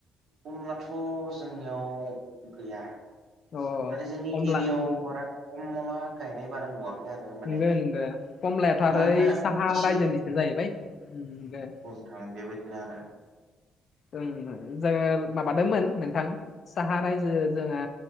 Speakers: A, on the right (about 50°); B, on the left (about 35°).
A: खमलाथ' जोंनियाव गैया
B: अ
A: माने जोंनि
B: कमला
A: एरियाव
B: उम,
A: बारा खम मला गायनाय बारा नुवाखै। आरो माने
B: नंगौ नंगौ कमलायाथ'साहा
A: मानोना एसे
B: रायजोनिसो जाहैबाय नंगौ।
A: ओं बेबायदिनो आरो।
B: जोङो माबादोंमोन नोंथां। साहा रायजो जोंहा